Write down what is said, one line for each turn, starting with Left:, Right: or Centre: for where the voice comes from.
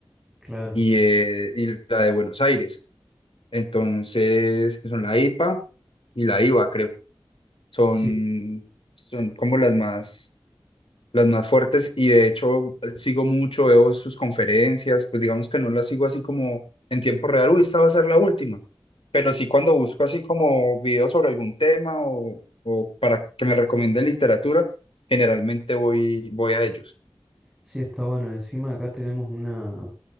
Centre: claro.
Left: y, eh, y la de Buenos Aires. Entonces, que son la IPA y la IVA, creo. Son,
Centre: Sí,
Left: son como las más las más fuertes y de hecho sigo mucho, veo sus conferencias, pues digamos que no las sigo así como en tiempo real, uy, esta va a ser la última, pero sí cuando busco así como videos sobre algún tema o, o para que me recomienden literatura, generalmente voy, voy a ellos.
Centre: sí está bueno. Encima acá tenemos una,